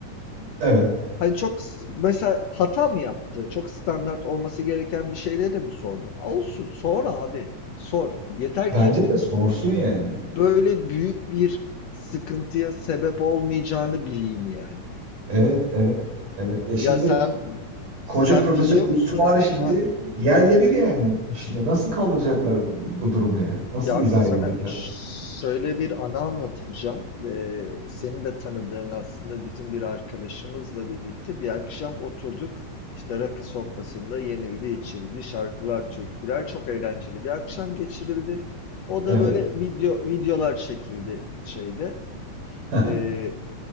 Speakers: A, on the right (about 75°); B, on the left (about 65°).
A: evet.
B: Hani çok s- mesela hata mı yaptı? Çok standart olması gereken bir şeyde de mi sordu? Olsun sor abi. Sor. Yeter
A: Bence
B: ki
A: de sorsun yani.
B: böyle büyük bir sıkıntıya sebep olmayacağını bileyim yani.
A: Evet, evet, evet. E şimdi
B: Ya sen sen
A: Koca profesör
B: biliyor
A: itibarı
B: musun?
A: şimdi
B: Ha,
A: yerle bir yani. Şimdi nasıl kaldıracaklar bu durumu yani? Nasıl
B: ya
A: izah
B: biz sana
A: edecekler?
B: şöyle bir anı anlatacağım. Ee, senin de tanıdığın aslında bizim bir arkadaşımızla birlikte bir akşam oturduk. İşte rakı sofrasında yenildi, içildi, şarkılar, türküler çok eğlenceli bir akşam geçirildi. O da
A: Evet.
B: böyle video videolar çekildi şeyde,
A: <laughs>
B: e,